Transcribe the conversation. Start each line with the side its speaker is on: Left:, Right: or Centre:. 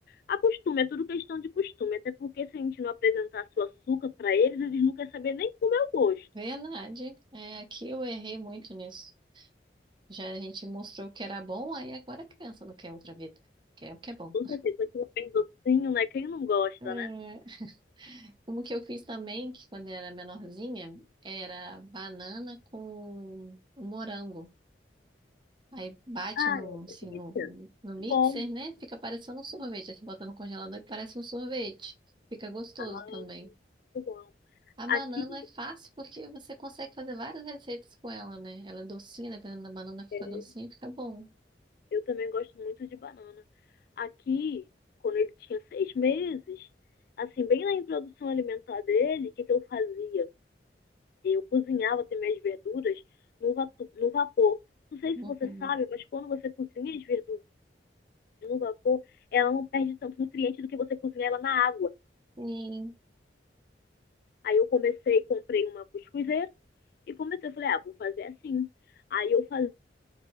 Left: acostume. É tudo questão de costume. Até porque se a gente não apresentar seu açúcar para eles, eles não querem saber nem como é o gosto.
Right: Verdade. É, aqui eu errei muito nisso. Já a gente mostrou o que era bom, aí agora a criança não quer outra vida. Quer o que é bom.
Left: Com certeza, aquilo é bem docinho, né? Quem não gosta,
Right: É,
Left: né?
Right: Como que eu fiz também, que quando era menorzinha, era banana com morango. Aí bate
Left: Ah,
Right: no,
Left: é
Right: assim,
Left: delícia.
Right: no, no
Left: Muito
Right: mixer,
Left: bom.
Right: né? Fica parecendo um sorvete. Aí você bota no congelador e parece um sorvete. Fica gostoso
Left: Ah,
Right: também.
Left: muito bom.
Right: A banana
Left: Aqui,
Right: é fácil porque você consegue fazer várias receitas com ela, né? Ela é docinha, dependendo da banana, fica
Left: é,
Right: docinha e fica bom.
Left: Eu também gosto muito de banana. Aqui, quando ele tinha seis meses, assim, bem na introdução alimentar dele, o que, que eu fazia? Eu cozinhava também as verduras no, vatu- no vapor. Não sei
Right: Uhum.
Left: se você sabe, mas quando você cozinha as verduras no vapor, ela não perde tanto nutriente do que você cozinha ela na água.
Right: Sim.
Left: Aí eu comecei, comprei uma cuscuzeira e comecei, eu falei, ah, vou fazer assim. Aí eu fazia